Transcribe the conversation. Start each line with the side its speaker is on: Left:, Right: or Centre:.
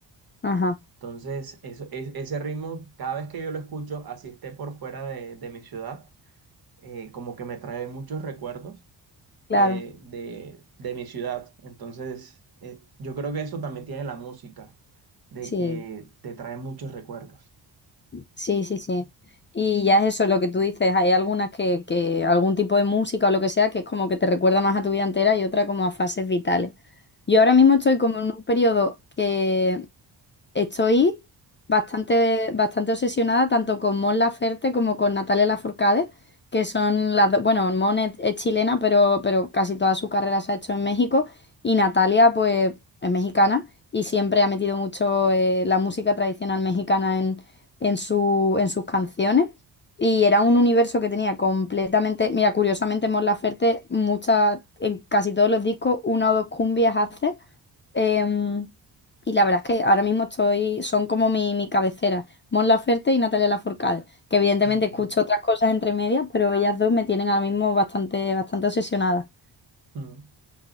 Left: Ajá,
Right: Entonces, eso- es- ese ritmo, cada vez que yo lo escucho, así esté por fuera de, de mi ciudad, eh, como que me trae muchos recuerdos
Left: claro.
Right: de, de, de mi ciudad. Entonces, eh, yo creo que eso también tiene la música, de
Left: Sí.
Right: que te trae muchos recuerdos.
Left: Sí, sí, sí. Y ya es eso lo que tú dices, hay algunas que, que algún tipo de música o lo que sea que es como que te recuerda más a tu vida entera y otra como a fases vitales. Yo ahora mismo estoy como en un periodo que Estoy bastante, bastante obsesionada tanto con Mon Laferte como con Natalia Lafourcade, que son las dos, bueno, Mon es, es chilena, pero, pero casi toda su carrera se ha hecho en México y Natalia pues es mexicana y siempre ha metido mucho eh, la música tradicional mexicana en, en su, en sus canciones. Y era un universo que tenía completamente, mira, curiosamente Mon Laferte, muchas, en casi todos los discos, una o dos cumbias hace. Em, y la verdad es que ahora mismo estoy, son como mi, mi cabecera, Mon Laferte y Natalia Lafourcade, que evidentemente
Right: Mm,
Left: escucho otras cosas entre medias, pero ellas dos me tienen ahora mismo bastante, bastante obsesionada.
Right: mm.